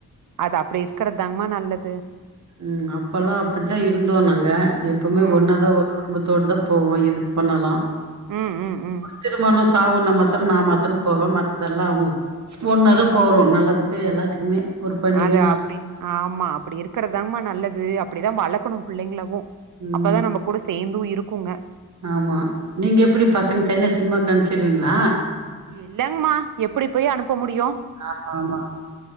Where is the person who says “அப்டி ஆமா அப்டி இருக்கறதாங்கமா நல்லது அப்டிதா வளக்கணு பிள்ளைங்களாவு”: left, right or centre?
Right